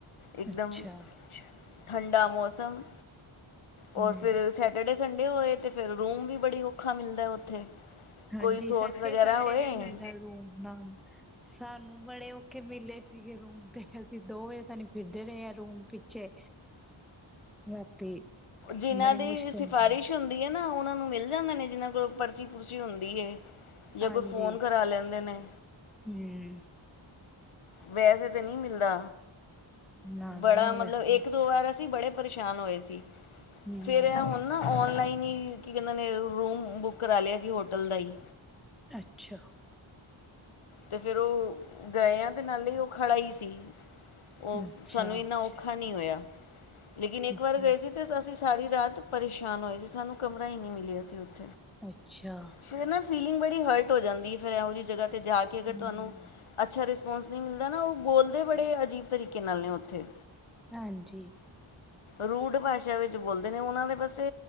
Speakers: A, on the left; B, in the centre.
A: ਇੱਕਦਮ
B: ਅੱਛਾ
A: ਠੰਡਾ ਮੌਸਮ
B: ਹੂੰ
A: ਰ ਫਿਰ ਸੈਟਰਡੇ ਸੰਡੇ ਹੋਏ ਤੇ ਫਿਰ ਰੂਮ ਵੀ ਬੜੀ ਔਖਾ ਮਿਲਦਾ ਹੈ ਉੱਥੇ
B: ਹਾਂਜੀ
A: ਕੋਈ ਸੋਰਸ
B: ਸੱਚੇ
A: ਵਗੈਰਾ
B: ਸੰਡੇ
A: ਹੋਏ
B: ਨੀ ਮਿਲਦਾ ਰੂਮ ਨਾਲਗ ਸਾਨੂੰ ਬੜੇ ਕੇ ਮਿਲੇ ਸੀਗੇ ਰੂਮ ਤੇ ਅਸੀਂ ਦੋ ਵਜੇ ਤ ਨ ਫਿਰਦੇ ਰਹੇ ਹਾਂ ਰੂਮ ਪਿੱਛੇ ਰਾਤੀ
A: ਜਿਨਾਂ
B: ਬੜੀ
A: ਦੀ
B: ਮੁਸ਼ਕਿਲ
A: ਸਿਫਾਰਿਸ਼
B: ਮਿਲੇ ਨੇ
A: ਹੁੰਦੀ ਹੈ ਨਾ ਉਹਨਾਂ ਨੂੰ ਮਿਲ ਜਾਂਦੇ ਨੇ ਜਿਹਨਾਂ ਕੋਲ ਪਰਚੀ ਪੁਰਚੀ ਹੁੰਦੀ ਹੈ ਜਾਂ
B: ਹਾਂਜੀ
A: ਕੋਈ ਫੋਨ ਕਰਾ ਲੈਂਦੇ ਨੇ
B: ਹਮ
A: ਵੈਸੇ ਤਾਂ ਨਹੀਂ ਮਿਲਦਾ
B: ਨਾ
A: ਬੜਾ
B: ਨਾ
A: ਮਤਲਬ
B: ਵੈਸੇ
A: ਇੱਕ ਦੋ ਵਾਰ ਅਸੀਂ ਬੜੇ ਪਰੇਸ਼ਾਨ ਹੋਏ ਸੀ ੀ
B: ਹਮ
A: ਫੇਰ ਹੁਣ ਨਾ ਔਨਲਾਈਨ ਕੀ ਕਹਿੰਦੇ ਨੇ ਰੂਮ ਬੁੱਕ ਕਰਾ ਲਿਆ ਸੀ ਹੋਟਲ ਦਾ ਹੀ
B: ਅੱਛਾ
A: ਤੇ ਫੇਿਰ ਉਹ ਗਏ ਆ ਤੇ ਨਾਲੇ ਹੀ ਉਹ ਖੜਾ ਹੀ ਸੀ ਉਹ
B: ਅੱਛਾ
A: ਸਾਨੂੰ ਇੰਨਾ ਔਖਾ ਨਹੀਂ ਹੋਇਆ ਲੇਕਿਨ ਇੱਕ
B: ਹੂੰ
A: ਵਾਰ ਗਏ ਸੀ ਤੇ ਅਸੀਂ ਸਾਰੀ ਰਾਤ ਪਰੇਸ਼ਾਨ ਹੋਏ ਸੀ ਸਾਨੂੰ ਕਮਰਾ ਹੀ ਨਹੀਂੀ ਮਿਲਿਆ ਸੀ ਉੱਥੇ
B: ਅੱਛਾ
A: ਫਿਰ ਨਾ ਫੀਲਿੰਗ ਬੜੀ ਹਰਟ ਹੋ ਜਾਂਦੀ ਫਿਰ ਇਹੋ ਜਿ ਜਗ੍ਹਾ ਤੇ ਜਾ ਅਗਰ
B: ਹਮ
A: ਤੁਹਾਨੂੰ ਅੱਛਾ ਰਿਸ ਨਹੀਂ ਮਿਲਦਾ ਨਾ ਉਹ ਬੋਲਦੇ ਬੜੇ ਅਜੀਬ ਤਰੀਕੇ ਨਾਲ ਨੇ ਉੱਥੇ
B: ਹਾਂਜੀ
A: ਰੂੜ ਭਾਸ਼ਾ ਵਿੱਚ ਬੋਲਦੇ ਨੇ ਉਹਨਾਂ ਦੇ ਵਸੇ